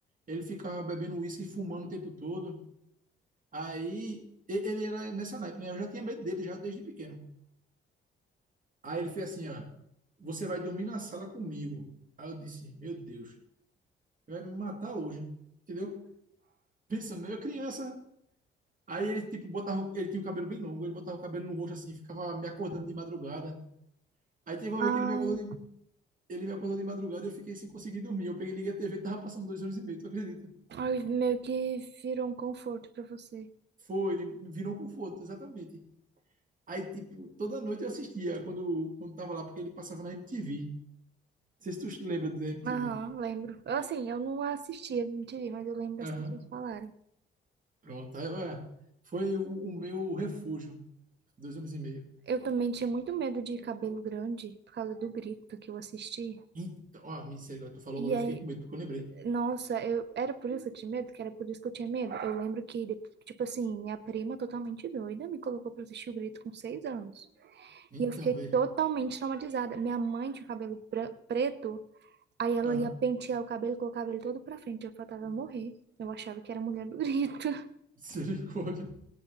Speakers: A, on the right; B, on the right.
A: Ele ficava bebendo uísque e fumando o tempo todo. Aí e- ele era nessa naipe, né? Eu já tinha medo dele já desde pequeno. Aí ele fez assim, ó, você vai dormir na sala comigo. Aí eu disse, meu Deus, vai me matar hoje, entendeu? Pensando, né? eu criança. Aí ele tipo botava, ele tinha o cabelo bem longo, ele botava o cabelo no rosto assim, ficava me acordando de madrugada. Aí teve uma
B: Ai,
A: vez que ele me acordou de, ele me acordou de madrugada e eu fiquei sem conseguir dormir. Eu peguei, liguei a TV, tava passando dois anos e meio, tu acredita?
B: Ai, meio que virou um conforto pra você.
A: Foi, virou um conforto, exatamente. Aí, tipo, toda noite eu assistia quando, quando tava lá, porque ele passava na MTV. Não sei se tu te lembra da MTV.
B: Aham, lembro. Eu, Assim, eu não assistia MTV, mas eu lembro
A: Aham,
B: as pessoas falarem.
A: Pronto. Aí, ué, foi o, o meu refúgio. Dois anos e meio.
B: Eu também tinha muito medo de cabelo grande por causa do grito que eu assisti.
A: Então, ó, misericórdia, tu falou
B: E
A: agora,
B: aí,
A: eu fiquei com medo, porque eu lembrei.
B: nossa, eu era por isso que eu tinha medo, que era por isso que eu tinha medo. Eu lembro que, de- tipo assim, minha prima totalmente doida me colocou pra assistir o grito com seis anos.
A: Então,
B: E eu fiquei
A: vê.
B: totalmente traumatizada. Minha mãe tinha cabelo pra- preto. Aí ela
A: Aham,
B: ia pentear o cabelo, colocava ele todo pra frente, eu faltava morrer. Eu achava que era mulher do grito.
A: <laughs> Misericórdia.